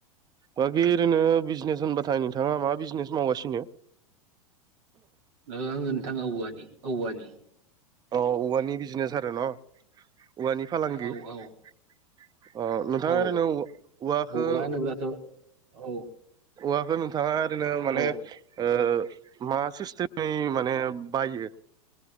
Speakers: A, on the right; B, on the right.
A: बाखि ओरैनो बिजनेस होनबाथाय नोंथाङा मा बिजनेस मावगासिनो?
B: औ आङो नोंथां औवानि औवानि
A: अ औवानि बिजनेस आरो न' औवानि फालांगि
B: औ
A: अ
B: औ
A: नोंथाङा
B: औ
A: ओरैनो औवाखौ
B: औवा होनोब्लाथ' औ
A: औवाखौ नोंथाङा ओरैनो माने
B: औ
A: ओ मा सिस्टेमै माने बायो?